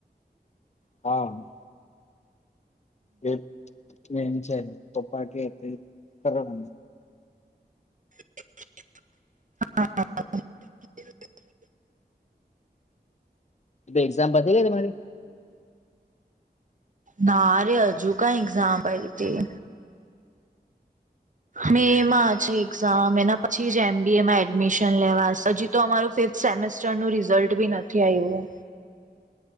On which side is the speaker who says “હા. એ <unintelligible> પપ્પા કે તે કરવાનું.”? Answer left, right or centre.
Left